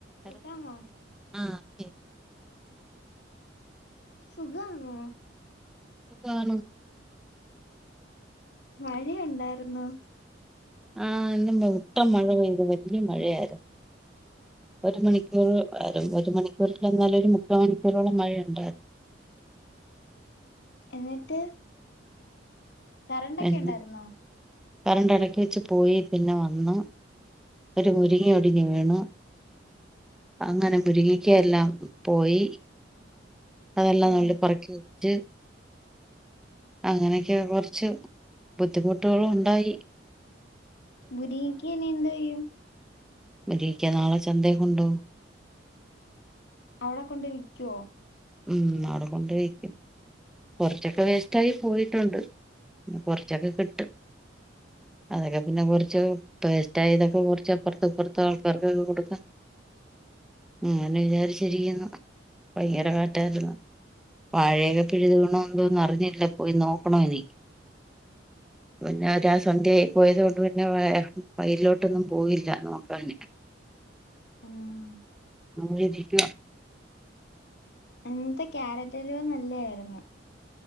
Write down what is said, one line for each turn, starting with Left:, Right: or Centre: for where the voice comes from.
Left: കേക്കാമോ
Centre: ഹലോ ആഹ് കേക്ക
Left: സുഖണോ
Centre: സുഖാണ്
Left: മഴയുണ്ടായിരുന്നോ
Centre: ആ ഇന്ന് മുട്ടം മഴ പെയ്തു വലിയ മഴയായിരുന്നു ഒരു മണിക്കൂർ ആ ഒരു മണിക്കൂറൽന്നാല ഒരു മുക്കാ മണിക്കൂറോളം മഴയുണ്ടായിരുന്നു
Left: എന്നിട്ട് കറണ്ടൊക്കെ
Centre: എന്ന്
Left: ഉണ്ടായിരുന്നോ
Centre: കറണ്ട് ഇടക്കി വെച്ച് പോയി പിന്നെ വന്ന് ഒരു മുരിങ്ങ ഒടിഞ്ഞിവീണു അങ്ങനെ മുരിങ്ങിക്ക എല്ലാം പോയി അതെല്ലാം
Left: ഓ
Centre: നുള്ളി പറക്കി വിറ്റ് അങ്ങനെയൊക്കെ കുറച്ച് ബുദ്ധിമുട്ടുകളുണ്ടായി
Left: മുരിങ്ങിക്ക ഇനി എന്തെയും
Centre: മുരിങ്ങക്ക നാളെ ചന്തേകൊണ്ടോവും
Left: അവടെ കൊണ്ട് വിക്കൊ
Centre: ഉം അവിടെ കൊണ്ട് വിക്കും കുറച്ചൊക്കെ വേസ്റ്റയി പോയിട്ടുണ്ട് കൊറച്ചൊക്കെ കിട്ടും അതൊക്കെ പിന്നെ കുറച്ച് വേസ്റ്റ് ആയതൊക്കെ കുറച്ച്പ്പോറത്ത്പ്പുറത്ത് ആൾക്കാർക്കെക്കേ കൊടുക്കാ അങ്ങനെ വിചാരിച്ചിരിക്കുന്നു ഭയങ്കര കാറ്റായിരുന്നു വാഴയൊക്കെ എപ്പോഴുവേണോന്നും അറിഞ്ഞില്ല പോയി നോക്കണോനി പിന്ന ഒരാ സന്ധ്യയായി പോയത് കൊണ്ട് പിന്നെ വ വയലിലോട്ടൊന്നും പോയില്ല നോക്കാന്
Left: മ്മ്
Centre: വിധിക്കും
Left: ഇന്നത്തെ ക്യാരറ്റ് അലുവ നല്ലയിരുന്നു